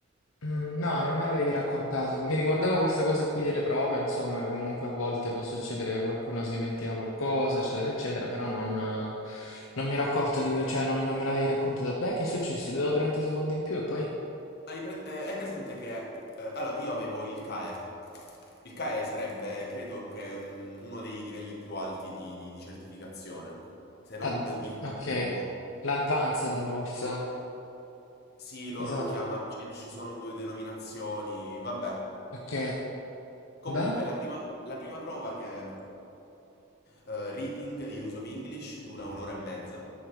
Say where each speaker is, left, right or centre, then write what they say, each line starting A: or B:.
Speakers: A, on the left (about 75°); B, on the left (about 55°).
A: Mm, No, non me l'avevi raccontato. Mi ricordavo questa cosa qui delle prove, insomma, che comunque a volte può succedere che qualcuno si dimentica qualcosa, eccetera, eccetera, però non, eh, non mi ero accorto di, cioè non, non me l'avevi raccontato. Beh, che è successo? Ti do 30 secondi in più e poi...
B: Hai, pre- eh, hai presente che... eh, allora, io avevo il CAE. Il CAE sarebbe, credo che, mm, uno dei livelli più alti di, di- di certificazione, se non
A: Ad-
B: il
A: ok,
B: penultimo.
A: l'advanced forse,
B: Sì, loro
A: mi sa.
B: lo chiamano, ci ci sono due denominazioni, vabbè.
A: Ok,
B: Comunque,
A: beh,
B: la prima, la prima prova che è eh, reading e use of English dura un'ora e mezza,